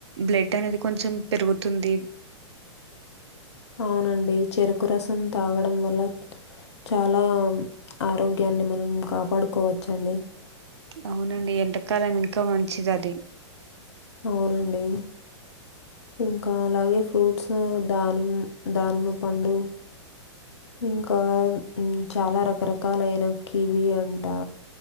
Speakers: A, on the right; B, on the left.
A: బ్లడ్ అనేది కొంచెం పెరుగుతుంది
B: అవునండి చెరుకు రసం తాగడం వల్ల చాలా ఆరోగ్యాన్ని మనం కాపాడుకోవచ్చండి
A: అవునండి ఎండకాలం ఇంకా మంచిది అది
B: అవునండి ఇంకా అలాగే ఫ్రూట్స్ దానిమ్ దానిమ్మ పండు ఇంకా ఉమ్ చాలా రకరకాలయిన కివి అంటా